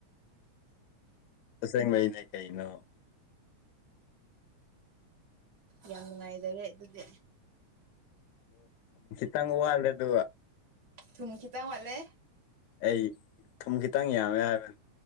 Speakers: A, on the left; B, on the right.
A: ꯍꯁꯚꯏꯅꯦ ꯀꯩꯅꯣ
B: ꯌꯥꯝ ꯅꯨꯡꯉꯥꯏꯖꯔꯦ ꯑꯗꯨꯗꯤ
A: ꯇꯪ ꯋꯥꯜꯗꯦ ꯑꯗꯨ
B: ꯊꯝ ꯀ ꯇ ꯃꯥꯂꯦ
A: ꯑꯩ ꯊꯨꯝ ꯈꯤꯇꯪ ꯌꯥꯝꯃꯦ ꯍꯥꯏꯕꯅꯦ